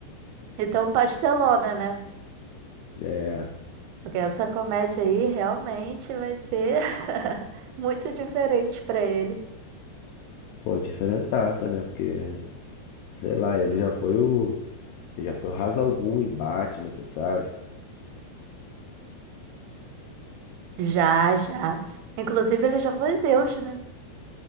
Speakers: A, on the right; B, on the left.
A: Então, pastelona, né?
B: É,
A: Porque essa comédia aí realmente vai ser <laughs> muito diferente pra ele.
B: pô, diferentaça, né? Porque, sei lá, ele já foi o. Ele já foi o Ra's al Ghul em Batman, você sabe?
A: Já, já. Inclusive, ele já foi Zeus, né?